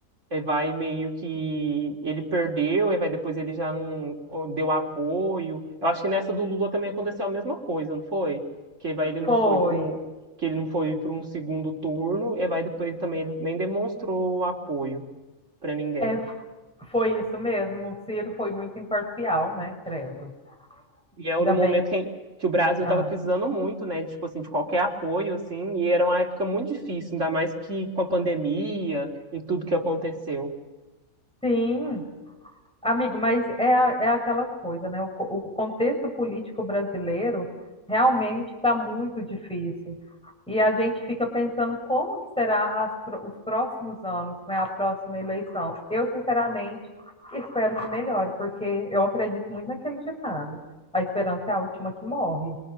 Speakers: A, on the right (about 65°); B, in the centre.
A: é, vai meio que ele perdeu, é, vai depois ele já não ó, deu apoio. Eu acho que nessa do Lula também aconteceu a mesma coisa, não foi? Que vai ele não
B: Foi.
A: foi para um que ele não foi para um segundo turno, e vai depois também ele nem demonstrou apoio para ninguém.
B: É, foi isso mesmo. O Ciro foi muito imparcial, né? Credo.
A: E era
B: Ainda
A: um momento
B: bem.
A: que, que o Brasil
B: Ah,
A: estava precisando muito, né? Tipo assim, de qualquer apoio, assim, e era uma época muito difícil, ainda mais que com a pandemia e tudo que aconteceu.
B: sim. Amigo, mas é, a- é aquela coisa, né? O, co- o contexto político brasileiro realmente está muito difícil. E a gente fica pensando como que será as pro- os próximos anos, né? A próxima eleição. Eu, sinceramente, espero que melhore, porque eu acredito muito naquele ditado. A esperança é a última que morre.